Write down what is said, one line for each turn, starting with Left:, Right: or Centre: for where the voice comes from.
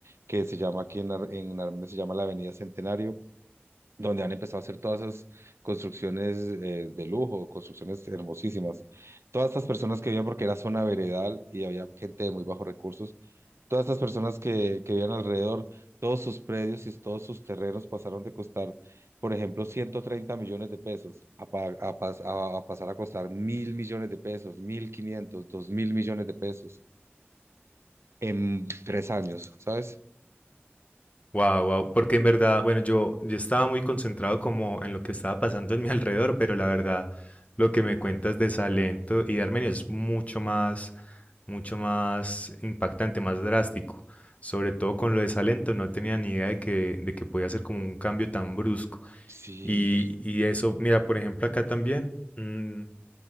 Right: que se llama aquí en, Ar- en Armenia, se llama la Avenida Centenario donde han empezado a hacer todas esas construcciones eh, de lujo, construcciones hermosísimas. Todas estas personas que vivían, porque era zona veredal y había gente de muy bajos recursos, todas estas personas que, que vivían alrededor, todos sus predios y todos sus terrenos pasaron de costar, por ejemplo, 130 millones de pesos a, pa- a pas- a- a pasar a costar mil millones de pesos, mil quinientos, dos mil millones de pesos en tres años, ¿sabes?
Left: Wow, wow, porque en verdad, bueno, yo, yo estaba muy concentrado como en lo que estaba pasando en mi <laughs> alrededor, pero la verdad, lo que me cuentas de Salento y de Armenia es mucho más, mucho más impactante, más drástico. Sobre todo con lo de Salento, no tenía ni idea de que, de que podía ser como un cambio tan brusco.
Right: Sí,
Left: Y, y eso, mira, por ejemplo, acá también. mm,